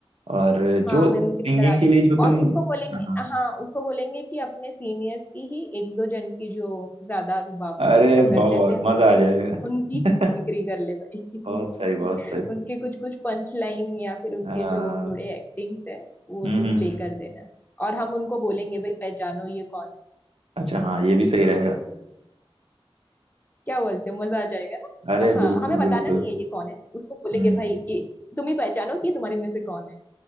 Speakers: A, on the right; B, on the left.
A: और
B: हाँ
A: जो सिंगिंग
B: मिमिक्री करा लेंगे
A: के लिए जो तुम
B: और उसको बोलेंगे
A: हाँ,
B: हाँ उसको बोलेंगे कि अपने सीनियर्स की ही एक दो जन की जो ज्यादा रुबाब
A: अरे
B: जैसा करते
A: बहुत
B: थे हमसे
A: मजा आ जाएगा
B: उनकी ही मिमिक्री
A: <laughs>
B: कर ले भाई
A: बहुत
B: <laughs>
A: सही बहुत सही
B: उनके कुछ कुछ पंच लाइन या फिर उनके
A: हाँ
B: जो थोड़े एक्टिंग्स है वो
A: हम्म
B: तो
A: हम्म,
B: प्ले
A: हम्म।
B: कर देना और हम उनको बोलेंगे भाई पहचानो ये कौन
A: अच्छा हाँ ये भी सही रहेगा
B: है क्या बोलते हो मजा आ जाएगा ना
A: अरे
B: हाँ
A: बिल्कुल
B: हमें बताना
A: बिल्कुल
B: नहीं है ये कौन है उसको बोलेंगे
A: हम्म
B: भाई कि तुम ही पहचानो कि तुम्हारे में से कौन है